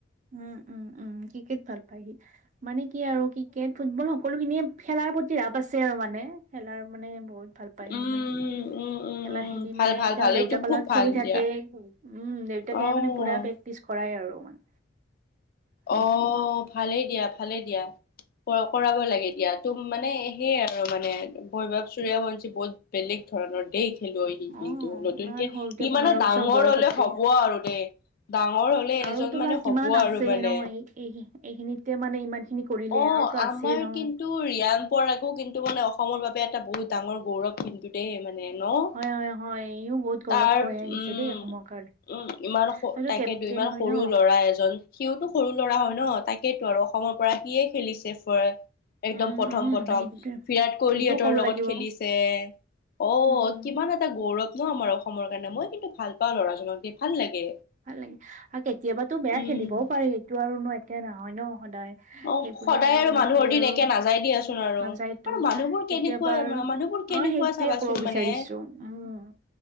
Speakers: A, on the right (about 40°); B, on the left (about 50°).
A: উম উম উম ক্ৰিকেট ভাল পায় সি মানে কি আৰু ক্ৰিকেট ফুটবল সকলোখিনিয়ে খেলাৰ প্ৰতি ৰাপ আছে আৰু মানে খেলাৰ মানে বহুত ভাল পায়হি
B: উম উম
A: মানে
B: উম উম
A: খেলা
B: উম
A: খেলি
B: ভাল
A: মানে
B: ভাল
A: তেওঁৰ
B: ভাল
A: দেউতাক
B: এইটো খুব
A: লগত
B: ভাল
A: খেলি থাকে
B: দিয়া
A: উম দেউতাকে
B: অ
A: মানে পুৰা প্ৰেক্টিচ কৰাই আৰু মানে সেইটোৱে
B: অ ভালেই দিয়া ভালেই দিয়া কৰাব লাগে তো মানে সেয়ে আৰু মানে ভৈৱ চৰিয়া বঞ্চী বহুত বেলেগ ধৰণৰ দেই খেলো সি কিন্তু
A: অ
B: নতুনকে
A: ইমান সৰুতে
B: সি
A: পোন্ধৰ
B: মানে
A: বছৰ
B: ডাঙৰ
A: বয়সতে
B: হলে হব আৰু দেই ডাঙৰ হলে
A: আৰুতো
B: এজন মানে
A: তাৰ
B: হ'ব
A: কিমান আছে
B: আৰু মানে।
A: ন এই এইখিনিতে মানে ইমান খিনি কৰিলে
B: অ
A: আৰুতো
B: আমাৰ
A: আছে ন
B: কিন্তু ৰিয়াম পৰাকো কিন্তু মানে অসমৰ বাবে এটা বহুত ডাঙৰ গৌৰৱ কিন্তু দেই মানে ন?
A: হয় হয় হয় ইও বহুত গৌৰৱ
B: তাৰ
A: কৰিঢ় আনিছে
B: উম
A: দেই অসমৰ কাৰণে
B: উম ইমান
A: তাইতো
B: তাকে
A: কেপ্টেইন
B: দু ইমান
A: হয়
B: সৰু
A: ন?
B: ল'ৰা এজন সিওতো সৰু ল'ৰা হয় ন তাকেইেতো আৰু অসমৰ পৰা সিয়ে খেলিছে একদম
A: উম,
B: প্ৰথম
A: উম,
B: প্ৰথম
A: সেইটোৱে
B: বিৰাট কোহলিহঁতৰ
A: সেইটোও ক'ব
B: লগত
A: লাগিব।
B: খেলিছে অ
A: উম,
B: কিমান এটা গৌৰৱ ন আমাৰ অসমৰ কাৰণে মই কিন্তু ভাল পাওঁ ল'ৰাজনক দি ভাল লাগে
A: ভাল লাগে আৰু কেতিয়াবাতো বেয়া
B: উম
A: খেলিবও পাৰি এইটো আৰু ন একয়া নহয় ন সদায়।
B: অ
A: সেইবুলি
B: সদায় আৰু
A: মানে
B: মানুহৰ
A: কি
B: দিন
A: আৰু
B: একে নাযাই দিিয় আছোন োন আৰু
A: নাযায়তো
B: আৰু মানুহবোৰ
A: কেতিয়াবা
B: কেনেকুৱা
A: আৰু
B: মানুহবোৰ কেনেকুৱা
A: অ', সেইটোৱে
B: চাবাচোন
A: ক'ব বিচাৰিছো
B: মানে
A: উম।